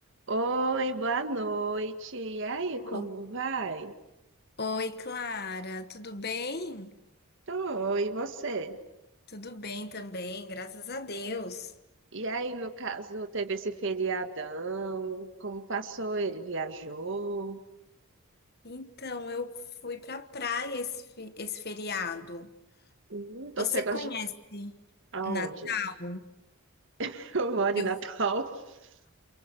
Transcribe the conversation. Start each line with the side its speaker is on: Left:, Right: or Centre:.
Right: Oi, boa noite. E aí, como
Left: O-
Right: vai?
Left: Oi, Clara, tudo bem?
Right: Tô, e você?
Left: Tudo bem também, graças a Deus.
Right: E aí, no caso, teve esse feriadão? Como passou ele? Viajou?
Left: Então, eu fui pra praia esse, fi- esse feriado.
Right: Hum, então
Left: Você
Right: você gosta
Left: conhece
Right: de... Aonde?
Left: Natal?
Right: <laughs> Eu moro
Left: Eu...
Right: em Natal. <laughs>